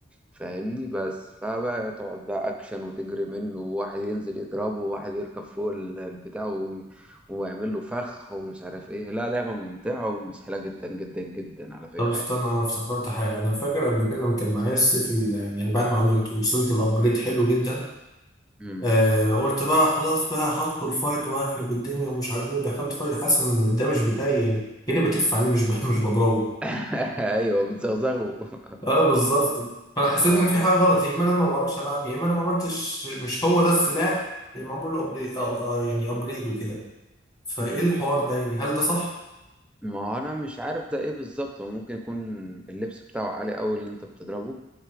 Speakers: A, in the centre; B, on the left (about 20°).
A: فاهمني بس فبقى تقعد بقى اكشن وتجري منه وواحد ينزل يضربه وواحد يركب فوق ال- البتاع و- ويعمل له فخ ومش عارف ايه لا لعبة ممتعة ومسحلة جدا جدا جدا على فكرة
B: طب استنى
A: يعني
B: انا افتكرت حاجه انا فاكر قبل كده لما كان معايا السيف ال- يعني بعد ما عملت وصلت الابجريد حلو جدا
A: مم.
B: آه قلت بقى خلاص بقى هدخل فايت وهخرب الدنيا ومش عارف ايه دخلت فايت حاسس ان الدمج بتاعي يعني كاني بتف عليه مش ب- مش بضربه
A: <laughs> ايوه بتزغزغه
B: اه بالظبط فانا حسيت
A: اه
B: ان في
A: ع-
B: حاجه غلط يا اما انا ما بعرفش العب يا اما انا ما عملتش مش هو ده السلاح اللي معمول له upgrade- آه، آه، يعني ابجريد وكده فايه
A: مم.
B: الحوار ده يعني هل ده صح؟
A: ما هو انا مش عارف ده ايه بالظبط هو ممكن يكون اللبس بتاعه عالي قوي اللي انت بتضربه